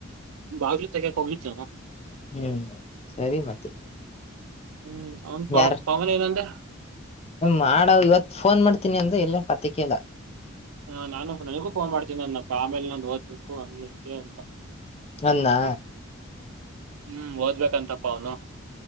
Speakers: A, on the right; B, on the left.
A: ಬಹಲು ತಗಕಗಿತ
B: ಹ್ಮ್ ಸರಿ ಮತ್ತೆ
A: ಹ್ಮ್ ಅವ್ನ್ ಪವ
B: ಯಾರ
A: ಪವನ್ ಏನಂದ
B: ಮಾಡ ಇವತ್ತು ಫೋನ್ ಮಾಡ್ತೀನಿ ಅಂದ್ರೆ ಎಲ್ಲೇ ಪತಕಲ್ಲ
A: ಹ ನಾನು ನನಗೂ ಫೋನ್ ಮಾಡ್ತೀನಿ ನಪ್ಪ ಆಮೇಲೆ ನಂದು ಓದ್ಬೇಕು ಹಂಗೆ ಹಗೆ ಅಂತ
B: ಅನ್ನಾ
A: ಹ್ಮ್ ಓದ್ಬೇಕಂತಪ್ಪ ಅವನು